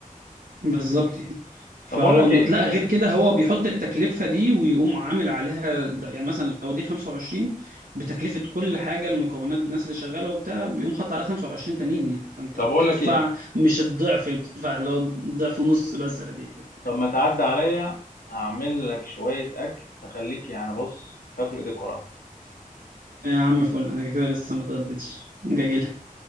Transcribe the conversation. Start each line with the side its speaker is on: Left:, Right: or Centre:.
Right: بالظبط يعني فهو
Left: طب اقول لك
Right: الن-
Left: ايه
Right: لا غير كده هو بيحط التكلفه دي ويقوم عامل عليها د- يعني مثلا لو دي 25 بتكلفه كل حاجه المكونات بالناس اللي شغاله وبتاع بيقوم حاطط عليها 25 تانيين يعني فانت
Left: طب
Right: بتدفع
Left: اقول لك ايه
Right: مش الضعف بتدفع اللي هو ضعف ونص بس دي يعني.
Left: طب ما تعدي عليا هعمل لك شوية أكل هخليك يعني بص تاكل إيديك وراها
Right: يا عم فل انا كده لسه ما اتغديتش جاي